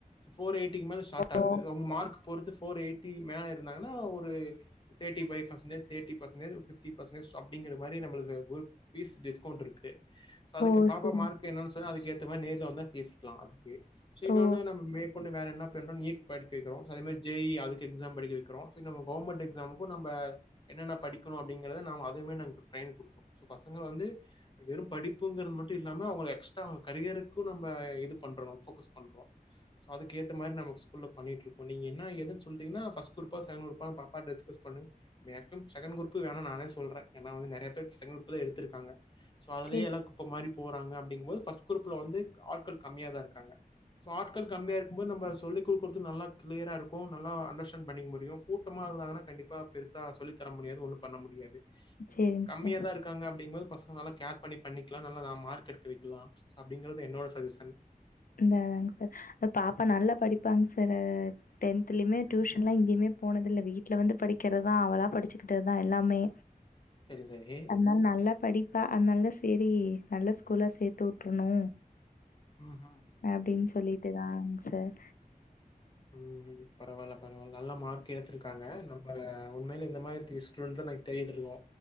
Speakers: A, on the left (about 30°); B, on the left (about 65°).
A: ஃபோர் எயிட்டிக்கு மேல ஸ்டார்ட் ஆகுது
B: ஓ!
A: அவுங்க மார்க் பொறுத்து ஃபோர் எய்டிட்டி மேல இருந்தாங்கன்னா ஒரு தேட்டி பைஃவ் பெஸ்ட்டன் தேர்டி ஃபெர்சன்டேஜ் ஃபிஃப்டி பர்சன்ஜ் அப்படிங்க மாரி நமக்கு ஃபீஸ் டிஸ்கவுண்ட் இருக்கு சோ அதுக்கு
B: ஓ!
A: பாப்பா
B: சரிங்க.
A: மார்க்கு என்னனு சொன்ன அதுக்கு ஏத்தா மாதிரி நேர்ல வந்தான் பேசிக்கலாம் அதுக்கு சோ இன்னு
B: ஓ!
A: ஒன்னு என்ன மேற்கொண்டு வேற என்ன பண்றோம் நீட் படிக்க வைக்கிறோம் அதே மாதிரி ஜே இ அதுக்கு எக்ஸாம் படிக்க வைக்கிறோம் நம்ம கவர்மெண்ட எக்ஸாமுக்கும் நம்ம என்னென்ன படிக்கணும் அப்படிங்கிறத நம் அதுவுமே நமக்கு ட்ரையின் கொடுக்குறோம் சோ பசங்கள் வந்து வெறும் படிப்புங்கிறது மட்டும் இல்லாம அவங்க எக்ஸ்ட்ராங்க கரியருக்கும் நம்ம இது பண்றோம் ஃபோக்கஸ் பண்றோம் சோ அதுக்கேத்த மாரி நம்ம ஸ்கூல் பண்ணி இருக்ககோம்நீ என்ன எதுன்ன சொல்லுகன்னா ஃபஸ்ட் குருப்பா சென்டு குருப்பா பாப்பா டிஸ்கஸ் பண்ணுங் மேக்கும் செகன் குருப்பு வேணும் நானே சொல்றேன் ஏன்னா வந்து நிறைய பேர் செகன் குருப் தான் எடுத்திருக்காங்க சோ அதுலய
B: சரி,
A: எல்லாம் குப்ப மாரி போறாங்க அப்டிங் போது ஃபர்ஸ்ட் குரூப்ல வந்து ஆட்கள் கம்மிய தான் இருக்காங்கோ சோ ஆட் கள் கம்மியா இருக்கும் போ நம்ம சொல்லி கொடுக்கது நல்லா கிளியரா இருக்கும் நல்லா அண்டர்ஸ்டாண்ட் பண்ணிக்க முடியும் கூட்டமாக இருந்தாங்கனா கண்டிப்பா பா பெருசா சொல்லி தர முடியாது ஒன்னும் பண்ண முடியாது
B: சரிங்க
A: கம்மியா
B: சார்.
A: தா இருக் காங்க அப்டிங்கும்போது பசங்ள நல்லா கேர் பண்ணி பண்ணிக்கலா நல்ல மார்க்கு எடுக்க வைக்கலா அப்டிங்கிறது என்னோட ஜஷன்
B: ங்க அ சார் எ பாப்பா நல்லா படிப்பாங்க சாரு டென்த்லயுமே டியூஷன்லா எங்கையுமே போனதுல்ல வீட்ல வந்து படிக்கிறதா அவளா படிச்சுக்கிட்டதா எல்லாமே
A: <inaudible> சரி
B: அதனால நல்லா படிப்பா அதனாலதா சேரி நல்லா ஸ்கூல்லா சேத்து வுட்ரணு
A: ம்ஹு
B: அப்டின் சொல்லிட்டுதாங் சார்
A: ம் பரவால்ல பரவால்ல நல்ல மார்க் எடுத்திருக்காங்க நம்ம உண்மைல இந்த மாரி டுவிஸ்ட் வந்து நாங்க தேடுட்ருக்கோ